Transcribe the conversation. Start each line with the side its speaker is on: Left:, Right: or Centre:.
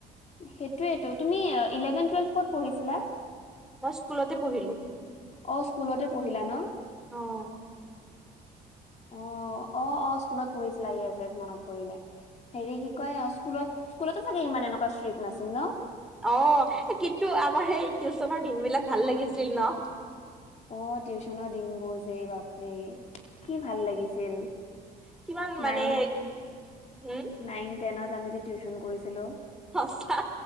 Left: সেইটোৱটো তুমি ইলেভেন টুৱেলভ ক'ত পঢ়িছিলা?
Centre: মই স্কুলতে পঢ়িলো।
Left: অহ, স্কুলতে পঢ়িলা ন'।
Centre: অহ,
Left: অহ -অহ -অহ স্কুলত পঢ়িছিলা ইয়েজ - ইয়েজ মনত পৰিলে হেৰী কয় স্কুলত -স্কুলতো চাগে ইমান এনেকুৱা ষ্ট্ৰিক্ট নাছিল ন'
Centre: অহ, কিন্তু আমাৰ সেই টিউচনৰ দিন বিলাক ভাল লাগিছিল ন।
Left: অহ, টিউচনৰ দিন বোৰ যে বাপৰে কি ভাল লাগিছিল।
Centre: কিমান মানে
Left: নাইন
Centre: হুম
Left: নাইন টেনত আমি যে টিউচন কৰিছিলোঁ।
Centre: সচা